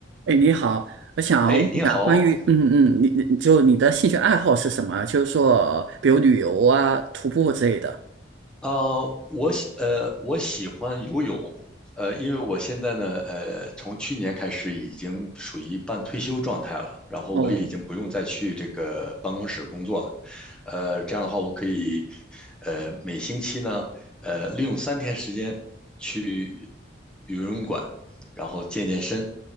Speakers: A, on the right; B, in the centre.
A: 哎，你好，我想问一下关于，
B: 哎，你好，
A: 嗯嗯，你你就你的兴趣爱好是什么？就是说，比如旅游啊、徒步之类的。
B: 呃，我喜呃我喜欢游泳，呃，因为我现在呢，呃，从去年开始已经属于半退休状态了，然后我已经不用再去这个办公室工作了，
A: 哦，
B: 呃，这样的话我可以，呃，每星期呢，呃，利用三天时间去游泳馆，然后健健身，